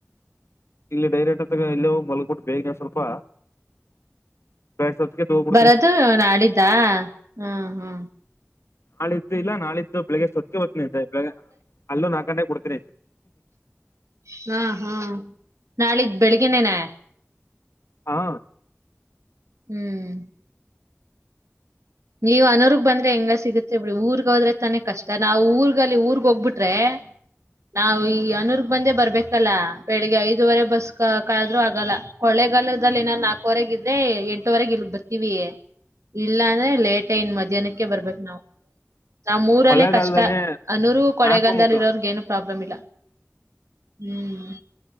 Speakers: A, on the left; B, on the right.
A: ಇಲ್ಲಿ ಡೈರೆಕ್ಟ್ ಹತ್ತಾಗ ಇಲ್ಲೇೋಗ ಮಲ್ಗಬಿಟ್ಟು ಬೇಗನೆವು ಸ್ವಲ್ಪ ಬೆಳಗ್ಗೆ ಹೊತ್ತಿಗೆ ಎದ್ದು ಹೋಗ್ಬಿಡ್ತೀನಿ
B: ಬರದು ನಾಡಿದ್ದ ಹ್ಮ ಹ್ಮ್
A: ನಾಳಿದ್ದು ಇಲ್ಲ ನಾಳಿದ್ದು ಬೆಳಿಗ್ಗೆಷ್ಟ ಸೊತ್ಗೆ ಬತನಂತೆ ಬೆಳಗ್ ಅಲ್ಲ ನಾಕ ಕೊಡ್ತನ
B: ಹಾ ಹಾ ನಾಳ ಬೆಳಿಗ್ನೇನೆ
A: ಹಾ
B: ಹ್ಮ್ ನೀವ್ ಅನೋರ್ಗ್ ಬಂದ್ರೆ ಹೆಂಗ ಸಿಗತ್ರಿ ಬಿ ಊರ್ಗ್ ಹೋದ್ರೆ ತಾನೇ ಕಷ್ಟ ನಾವ್ ಊರ್ಗಲ್ಲಿ ಊರ್ಗ್ ಹೋಗ್ಬಿಟ್ರೆ ನಾವು ಈ ಅನುರ್ ಬಂದೆ ಬರ್ಬೇಕಲ್ಲ ಬೆಳಿಗ್ಗೆ ಐದುವರೆ ಬಸ್ ಕಾಯ್ರು ಆಗಲ್ಲ ಹೊೊಳ್ಳೆಗಾಲದಲ್ಲಿ ಏನಾರ ನಾಲ್ಕವರೆ ್ರ ಎಂಟವರೆಗೆ ಇ ಬರ್ತವಿ ಇಲ್ಲ ಅಂದ್ರೆ ಲೇಟ್ ಐನ್ ಮಧ್ಯಾಹ್ನಕ್ಕೆ ಬರ್ಬಬೇಕು ನಾವು ನಾ್ ಮೂರಲ್ಲೇ
A: ಕೊಳ್ಳೆಗಾಲದಲ್ಲಿ
B: ಕಷ್ಟ ಅನ್ನೂರ್ೂ ಕೊಳೆಗಾಲದಲ್ಲಿ
A: ನಾಲ್ಕು ಮುಖ
B: ಇರೋರ್ಗ ಏನು ಪ್ರಾಬ್ಲಮ್ ಇಲ್ಲ ಹ್ಮ್